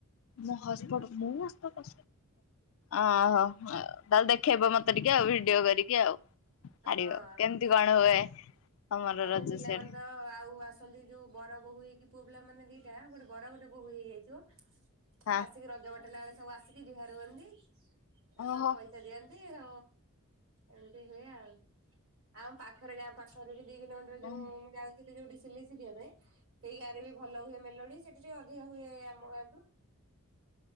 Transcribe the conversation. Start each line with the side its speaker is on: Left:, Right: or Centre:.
Left: ମୋ ହସ୍‌ପଟ ମୁଁ ହସ୍ ପଟ ଆହା। ହଁ ତାହେଲେ ଦେଖେଇବ ମତେ । କରିକି ଆଉ ଭିଡିଓ କରିକି ଆଉ । ହାରିବ
Right: ହଁ
Left: କେମିତି କଣ ହୁଏ? ତମର
Right: ସବୁ
Left: ରଜ
Right: ପିଲାମାନେେ
Left: ସିଆଡେ
Right: ତ ଆଉ ଆସନ୍ତି। ଯୋଉ ବର ବୋହୂ ହେଇକି ପୁଅ ପିଲାମାନେ ବି ଏହା ଭୁଲ୍। ବରଗୋଟେ ବୋହୂକୁ ହେଇ ଆଇଥିବ,
Left: ହଁ।
Right: ଆସିକି ରଜ ବାଟଣା ବେଳେ ସବୁ ଆସିକି ଜୁହାର ହୁଅନ୍ତି,
Left: ଓହୋ
Right: ସବୁ ପଇସା ଦିଅନ୍ତି ହ ଏମତି ହୁଏ ଆଉ ଆମ ପାଖରେ ଗାଁ ପାଖ ଦି କିଲୋମିଟର ଯୋଉ
Left: ଓ।
Right: ମୁଁ ଯାଉଥିଲି ଯୋଉଠି ସିଲେଇ ଶିଖିବା ପାଇଁ ।ସେଇ ଗାଁ ରେ ବି ଭଲ ହୁଏ ମେଲୋଡି ସେଠି ଟିକେ ଅଧିକା ହୁଏ ଆମ ଗାଁଠୁ। <inaudible>